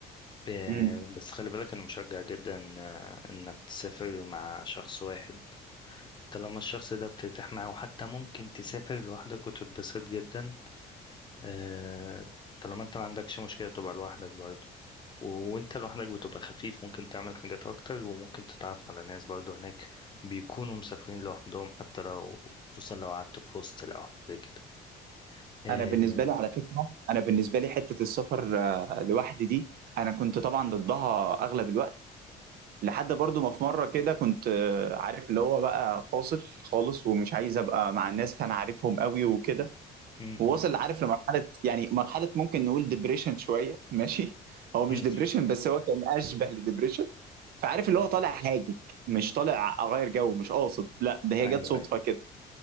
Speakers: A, on the left; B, on the right.
A: آه،
B: امم
A: بس خلي بالك أنا مشجع جدا آه، إنك تسافر مع شخص واحد طالما الشخص ده بترتاح معاه وحتى ممكن تسافر لوحدك وتتبسط جدا آه، طالما انت ما عندكش مشكلة تبقى لوحدك برضه و- وانت لوحدك بتبقى خفيف ممكن تعمل حاجات اكتر وممكن تتعرف على ناس برضه هناك بيكونوا مسافرين لوحدهم حتى لو خصوصا لو قعدت في هوستل او حاجة كده آه،
B: انا بالنسبة لي على فكرة انا بالنسبة لي حتة السفر آه، لوحدي دي انا كنت طبعا ضدها اغلب الوقت لحد برضو ما في مرة كده كنت آه، عارف اللي هو بقى فاصل خالص ومش عايز ابقى مع الناس انا عارفهم قوي وكده
A: م-
B: ووصل
A: م-
B: عارف لمرحله يعني مرحله ممكن نقول ديبريشن شويه ماشي هو مش
A: م.
B: ديبريشن بس هو كان اشبه لديبريشن فعارف اللي هو طالع هاجج مش طالع اغير جو مش قاصد لا ده هي
A: ايوه
B: جت صدفه
A: ايوه
B: كده